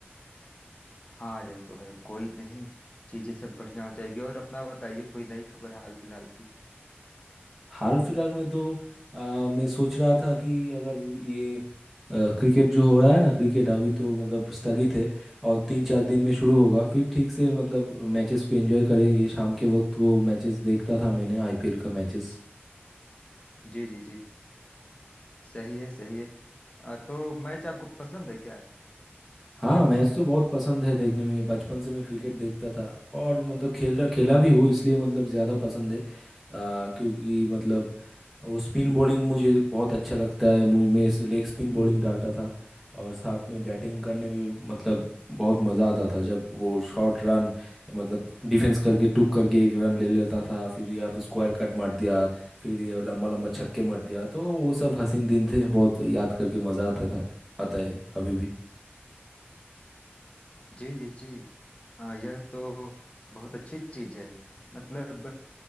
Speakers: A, on the left (about 30°); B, in the centre.
A: हाँ यह तो है कोई नहीं चीजें सब बढ़िया हो जाएगी और अपना बताइए कोई नई खबर हाल फिलहाल की
B: हाल फिलहाल में तो अ, मैं सोच रहा था कि अगर ये अ, क्रिकेट जो हो रहा है ना क्रिकेट अभी तो मतलब स्थगित है और तीन चार दिन में शुरू होगा फिर ठीक से मतलब मैचेस को एंजॉय करें ये शाम के वक्त को मैचेस देखता था मैंने आईपीएल का मैचेस
A: जी जी जी सही है सही है अ, तो मैच आपको पसंद है क्या
B: हाँ मैच तो बहुत पसंद है देखने में बचपन से मैं क्रिकेट देखता था और मतलब खेला खेला भी हूँ इसलिए मतलब ज़्यादा पसंद है आ, क्योंकि मतलब वो स्पिन बॉलिंग मुझे बहुत अच्छा लगता है मुझ मैं लेग स्पिन बॉलिंग डालता था और साथ में बैटिंग करने में मतलब बहुत मज़ा आता था जब वो शॉर्ट रन मतलब डिफेंस करके टुक करके एक रन ले लेता था फिर या फिर स्क्वायर कट मार दिया फिर ये लंबा लंबा छक्के मार दिया तो वो सब हसीन दिन थे बहुत याद करके मज़ा आता था आता है अभी भी
A: जी जी जी अ, यह तो बहुत अच्छी चीज है मतलब